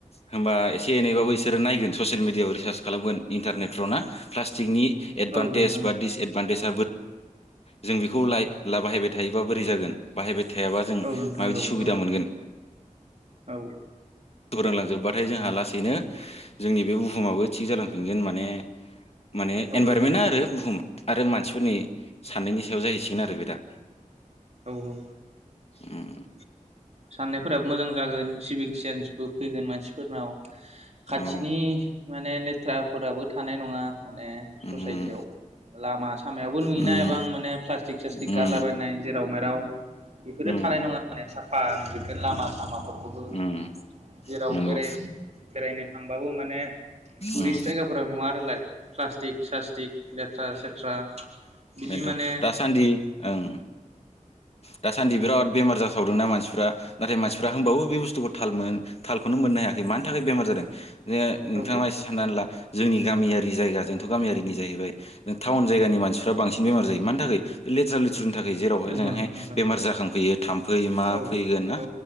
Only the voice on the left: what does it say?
होमबा एसे एनैबाबो बिसोरो नायगोन ससियेल मिडियाआव रिसार्च खालामगोन इन्टारनेट फ्रना प्लास्टिकनि एडभान्टेेज
डिसएडभान्टेज जों बेखौ लाय बाहायबाय थायोब्ला बोरै जागोन। थायाबा जों
माबायदि
सुबिदा
मोनगोन।
फोरोंलांजोबबाथाय जोंहा लासैनो जोंनि बे बुहुमाबो थिग जालांफिनगोन माने माने
एनभारमेन्टआ
आरो बुहुम आरो मानसिफोरनि साननायनि सायाव जाहैसिगोन आरो बे दा।
उम।
औ
उम
उम
उम
उम
उम
नंगौ
उम
बेनथ'
दासान्दि ओं दासान्दि बिराद बेमार जासावदोंना मानसिफ्रा नाथाय मानसिफ्रा होनबाबो बे बुस्थुखौ थाल मो थालखौनो मोननो हायाखै मानि थाखाय बेमार जादों। जे नोंथाङा
एसे साननानै ला जोंनि गामियारि जायगा जोंथ' गामियारिनि जाहैबाय टाउन जायगानि मानसिफ्रा बांसिन बेमार जायो मानि थाखै बे लेथ्रा लेथ्रिनि थाखै। ओजोंहाय
बेमार जाखांफैयो फै मा
फैगोन ना